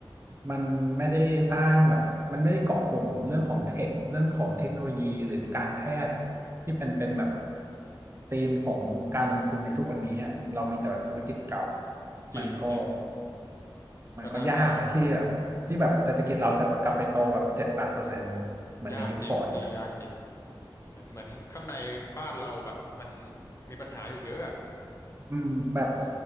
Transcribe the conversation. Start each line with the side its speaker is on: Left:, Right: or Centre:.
Right: มันไม่ได้สร้างแบบมันไม่ได้เกาะกลุ่มเรื่องของเทคเรื่องของเทคโนโลยีหรือการแพทย์ที่เป็นเป็นแบบธีมของการลงทุนในทุกวันนี้อะเรามีแต่แบบธุรกิจเก่า
Left: อืมจริงจริง
Right: มันก็มันก็ยากนะที่แบบที่แบบเศรษฐกิจเราจะกลับไปโตแบบเจ็ดแปดเปอร์เซ็นต์เหมือนในยุคก่อนอะ
Left: ก็น่าเศร้ายากจริงพี่ยากจริงเหมือนเหมือนข้างในบ้านเราแบบมันมีปัญหาอยู่เยอะอ่ะ
Right: อืมแบบโค